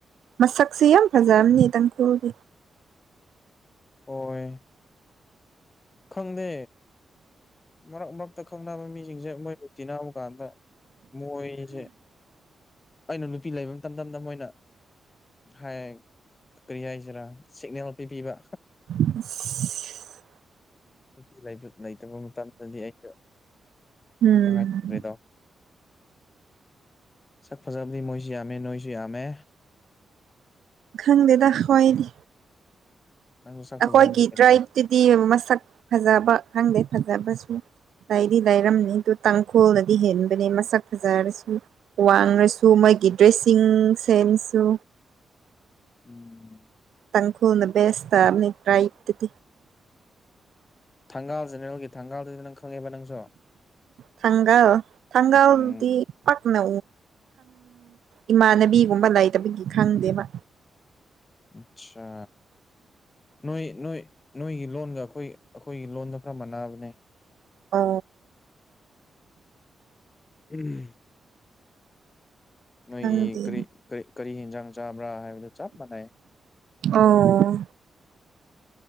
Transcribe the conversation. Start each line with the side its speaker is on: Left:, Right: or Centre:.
Right: ꯃꯁꯛꯁꯤ ꯌꯥꯝ ꯐꯖꯔꯝꯅꯤ ꯏꯇꯪ ꯀꯩꯒꯤ
Left: ꯑꯣꯏ ꯈꯪꯗꯦ ꯃꯔꯛ ꯃꯔꯛꯇ ꯈꯪꯅꯕ ꯃꯤꯁꯤꯡꯁꯦ ꯃꯣꯏꯕꯨꯛꯇꯤ ꯅꯥꯕ ꯀꯥꯟꯗ ꯃꯣꯏꯁꯦ ꯑꯩꯅ ꯅꯨꯄꯤ ꯂꯩꯕ ꯃꯇꯝꯗ ꯃꯣꯏꯅ ꯍꯥꯏ ꯀꯔꯤ ꯍꯥꯏꯁꯤꯔꯥ ꯁꯤꯒꯅꯦꯜ ꯄꯤꯕꯤꯕ
Right: ꯑꯁ
Left: ꯅꯨꯄꯤ ꯂꯩꯇꯕ ꯃꯇꯝꯗꯗꯤ ꯑꯩꯁꯨꯦ
Right: ꯎꯝ
Left: ꯔꯥꯏꯔꯗ ꯁꯛ ꯐꯖꯕꯗꯤ ꯃꯣꯏꯁꯨ ꯌꯥꯝꯃꯦ ꯅꯣꯏꯁꯨ ꯌꯥꯝꯃꯦ
Right: ꯈꯪꯗꯦꯗ ꯈꯣꯏꯗꯤ
Left: ꯅꯪꯁꯨ ꯁꯛ
Right: ꯑꯩꯈꯣꯏꯒꯤ
Left: ꯐꯖꯕꯅꯤ ꯀꯩꯅꯣ
Right: ꯇ꯭ꯔꯥꯏꯞꯇꯨꯗꯤ ꯃꯁꯛ ꯐꯖꯕ ꯈꯪꯗꯦ ꯐꯖꯕꯁꯨ ꯗꯥꯗꯤ ꯂꯥꯏꯔꯝꯅꯤ ꯑꯗꯨ ꯇꯥꯡꯈꯣꯜꯅꯗꯤ ꯍꯦꯟꯕꯅꯦ ꯃꯁꯛ ꯐꯖꯔꯁꯨ ꯋꯥꯡꯉꯁꯨ ꯃꯩ ꯗ꯭ꯔꯦꯁꯤꯡ ꯁꯦꯟꯁꯁꯨ
Left: <inaudible> ꯎꯝ ꯎꯝ
Right: ꯇꯪꯈꯨꯅ ꯕꯦꯁꯇ ꯑꯅꯤ ꯇ꯭ꯔꯥꯏꯇꯗꯤ
Left: ꯊꯥꯡꯒꯥꯜ ꯖꯦꯅꯦꯔꯦꯜꯒꯤ ꯊꯥꯡꯒꯥꯜꯗꯨꯗ ꯅꯪ ꯈꯪꯉꯦꯕ ꯅꯪꯁꯨ
Right: ꯊꯥꯡꯒꯥ ꯊꯥꯡꯒꯥꯗꯤ
Left: ꯎꯝ
Right: ꯄꯅ ꯏꯃꯥꯟꯅꯕꯤꯒꯨꯝꯕ ꯂꯩꯇꯕꯒꯤ ꯈꯪꯗꯦꯕ
Left: ꯑꯆꯥ ꯅꯣꯏ ꯅꯣꯏ ꯅꯣꯏꯒꯤ ꯂꯣꯟꯒ ꯑꯩꯈꯣꯏ ꯑꯩꯈꯣꯏꯒꯤ ꯂꯣꯟꯗ ꯈꯔ ꯃꯥꯟꯅꯕꯅꯦ
Right: ꯑ
Left: ꯎꯝ ꯅꯣꯏꯒꯤ
Right: ꯈꯪꯗꯦ
Left: ꯀꯔꯤ ꯀꯔꯤ ꯌꯦꯟꯖꯥꯡ ꯆꯥꯕ꯭ꯔꯥ ꯍꯥꯏꯕꯗꯨ ꯆꯞ ꯃꯥꯟꯅꯩ
Right: ꯑꯥ